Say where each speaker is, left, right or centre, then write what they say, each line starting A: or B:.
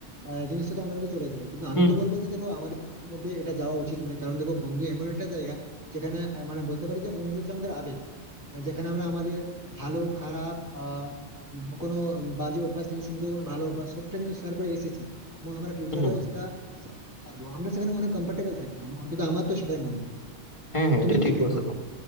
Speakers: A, on the right (about 15°); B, on the left (about 25°).
A: আহ, জিনিসটা তো আমাদের মধ্যে চলে যায় কিন্তু আমি
B: হুম
A: তো বলবো যে দেখো আমাদের মধ্যে এটা যাওয়া উচিত নয় কারণ দেখো বন্ধু এমন একটা জায়গা যেখানে আহ, মানে বলতে পারি যে বন্ধু হচ্ছে আমাদের আবেগ মানে যেখানে আমরা আমাদের ভালো খারাপ আহ উম, কোনো বাজে অভ্যাস থেকে শুরু করে কোনো ভালো অভ্যাস সবটা কিন্তু শেয়ার করে এসেছি এবং আমরা ফিউচারেও
B: হুম হুম হুম। হুম।
A: সেটা share করতে পারবো আমরা সেখানে অনেক কমফোর্টেবল থাকি আম- অন্তত আমার তো সেটাই মনে হয়
B: হ্যাঁ হ্যাঁ
A: তো তুমি
B: এটা
A: কি
B: ঠিক
A: ফিল
B: বলছো
A: করো